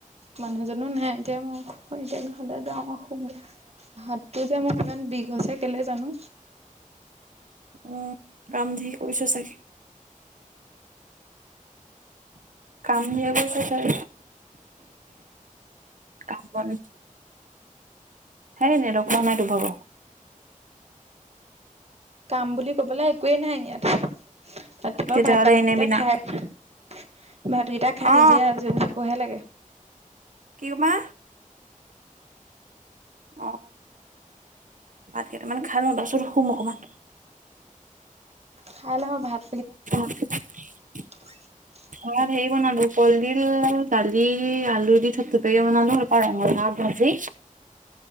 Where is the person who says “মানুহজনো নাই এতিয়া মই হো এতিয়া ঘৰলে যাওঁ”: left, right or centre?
Right